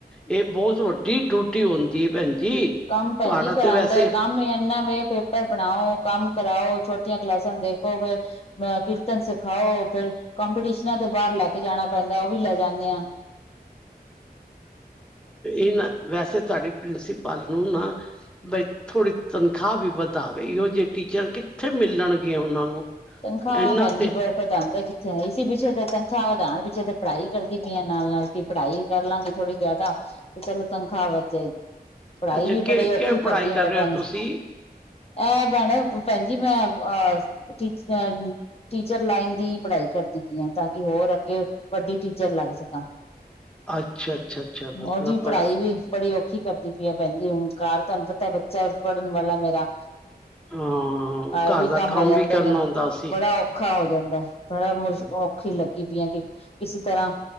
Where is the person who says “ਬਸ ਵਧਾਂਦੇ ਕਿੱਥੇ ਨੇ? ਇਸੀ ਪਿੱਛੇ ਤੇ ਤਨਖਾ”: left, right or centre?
Left